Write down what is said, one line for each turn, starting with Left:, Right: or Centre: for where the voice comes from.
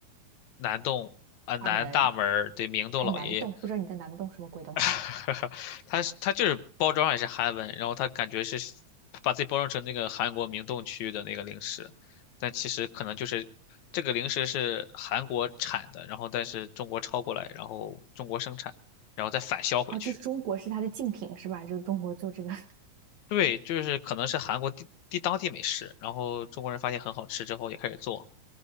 Left: 南洞啊、南大门儿对，
Right: 大门，
Left: 明洞老爷爷。
Right: 还南洞，不知道你在南洞什么鬼东西？
Left: <laughs> 它是它就是包装上也是韩文，然后它感觉是把自己包装成那个韩国明洞区的那个零食，但其实可能就是这个零食是韩国产的，然后但是中国抄过来，然后中国生产，然后再返销回去。
Right: 啊？就是中国是它的竞品是吧？就是中国做这个，
Left: 对，就是可能是韩国地地当地美食，然后中国人发现很好吃之后也开始做